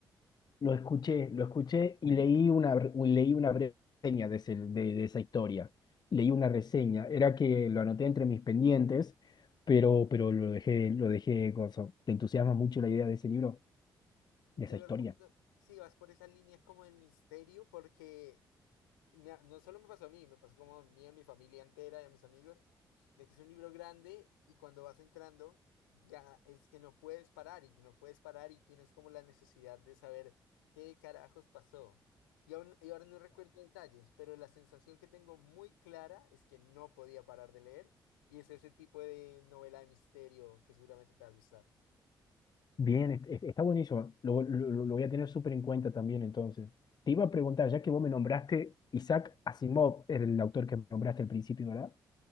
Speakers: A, on the left; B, on the left.
A: Lo escuché, lo escuché y leí una, bre- leí una breve reseña de, ese- de, de esa historia. Leí una reseña. Era que lo anoté entre mis pendientes, pero, pero lo dejé, lo dejé, cosa. ¿Te entusiasma mucho la idea de ese libro,
B: Y
A: de
B: te
A: esa
B: lo
A: historia?
B: recomiendo si vas por esa línea como del misterio, porque me- no solo me pasó a mí, me pasó como a mí, a mi familia entera y a mis amigos, de que es un libro grande y cuando vas entrando ya es que no puedes parar y que no puedes parar y tienes como la necesidad de saber qué carajos pasó. Y, aún- y ahora no recuerdo detalles, pero la sensación que tengo muy clara es que no podía parar de leer y es ese tipo de novela de misterio que seguramente te va a gustar.
A: Bien, est- est- está buenísimo. Lo, lo- lo- voy a tener súper en cuenta también entonces. Te iba a preguntar, ya que vos me nombraste, Isaac Asimov era el autor que nombraste al principio, ¿verdad?